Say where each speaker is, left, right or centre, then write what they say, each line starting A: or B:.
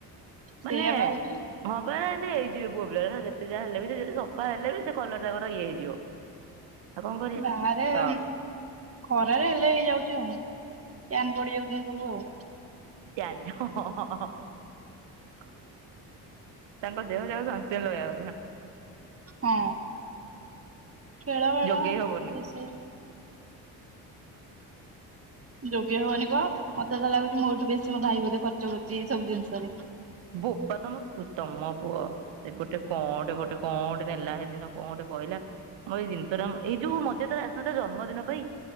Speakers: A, on the right; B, on the right.
A: ସେଇଆ
B: ମାନେ
A: ବା ହଉଛି
B: ହଁ ପରା ଏମତି ହେଇ ଇଏ ପୁଅ ପିଲା ଗୁଡା ଯେତେ ଯାହା ହେଲେ ବି ସେ ଯେତେ ସଫା ହେଲେ ବି ସେ କଲରଟା ତାଙ୍କର ଇଏ ହେଇଯିବ। ଆଉ କଣ କରିବା
A: ବାହାରେ
B: ତ
A: ଉଁ ଖରାରେ ହେଲେ ହେଇଯାଉଛି ଆଉ। ପ୍ୟାନ ପଡିଯାଉଛନ୍ତି ସବୁ ଆଉ।
B: ପ୍ୟାଣ୍ଟ <unintelligible> ତାଙ୍କ ଦେହ ଯାକ ସନସ୍କ୍ରିନ ଲଗେଇବା କଥା।
A: ହଁ ଖେଳ ବେଳ
B: ଯୋଗେଇ ହବନି।
A: ଇଏ ସିଏ ଯୋଗେଇ ହବନି କୁ, ମତେ ତ ଲାଗୁଛି ମୋଠୁ ବେଶୀ ମୋ ଭାଇ ବୋଧେ ଖର୍ଚ୍ଚ କରୁଛି ଏଇ ସବୁ ଜିନିଷରେ।
B: ବୋପା ତମ ପୁ ତମ ପୁଅ ସେ ଗୋଟେ କଣ ଟେ ଗୋଟେ କଂଟେ ଗୋଟେ ନେଲା ହେଦିନ କଂ ଗୋଟେ କହିଲା ମୋର ଏଇ ଜିନିଷଟା, ଏଇ ଯୋଉ ମଝିରେ ଥରେ ଆସିନଥିଲା ଜନ୍ମଦିନ ପାଇଁ।